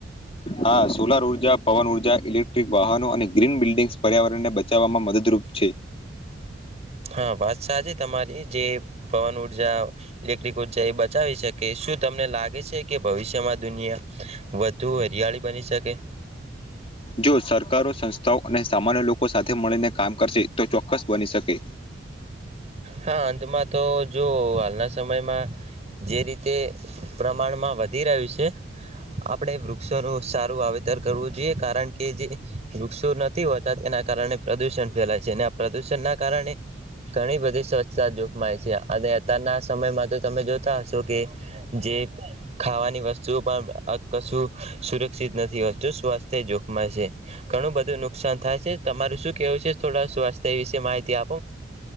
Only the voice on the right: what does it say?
હા વાત સાજ તમારી જે પવન ઉર્જા ઇલેક્ટ્રિક ઉર્જા એ બચાવી શકે શું તમને લાગે છે કે ભવિષ્યમાં દુનિયા વધુ હરિયાળી બની શ
હા અંતમાં તો જો હાલના સમયમાં જે રીતે પ્રમાણમાં વધી રહ્યું છે. આપણે વૃક્ષોનું સારું વાવેતર કરવું જોઈએ કારણ કે જે વૃક્ષો થી હોતા તેના કારણે પ્રદૂષણ ફેલાય છે અને આ પ્રદૂષણના કારણે ઘણી બધી સ્વચ્છતા જોખમાય છે અને તાર ના સમયમાં તો તમે જો તા હશો કે જે ખાવાની વસ્તુઓ પણ કશું સુરક્ષિત નથી હોતું સ્વાસ્થ્ય જોખમ છે ઘણું બધું નુકસાન થાય છે તમારું શું કેવું છે થોડા સ્વાસ્થ્ય વિશે માહિતી આ